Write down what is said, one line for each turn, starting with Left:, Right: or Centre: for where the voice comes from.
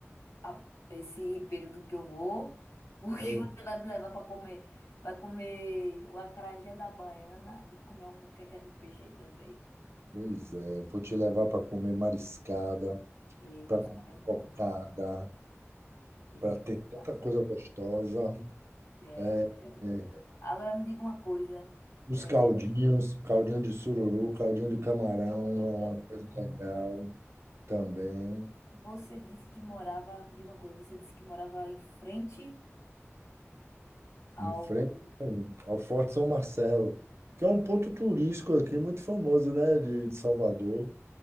Left: a- esse período que eu vou, porque
Right: Eu,
Left: <laughs> você vai me levar para comer. Vai comer o acarajé da baiana e comer uma moqueca de peixe aí também.
Right: pois é, vou te levar para comer mariscada,
Left: Ei,
Right: para
Left: mas
Right: comer
Left: o cara é bom,
Right: cocada,
Left: viu? Eita,
Right: para ter tanta coisa gostosa.
Left: quero,
Right: É,
Left: quero.
Right: é,
Left: Agora me diga uma coisa.
Right: Os
Left: É,
Right: caldinhos, caldinho de sururu, caldinho de camarão
Left: eita,
Right: é
Left: é
Right: uma
Left: muito
Right: coisa
Left: bom.
Right: legal também.
Left: Você disse que morava, me diga uma coisa, você disse que morava em frente ao.
Right: Em frente ao Forte São Marcelo, que é um ponto turístico aqui muito famoso, né, de, de Salvador,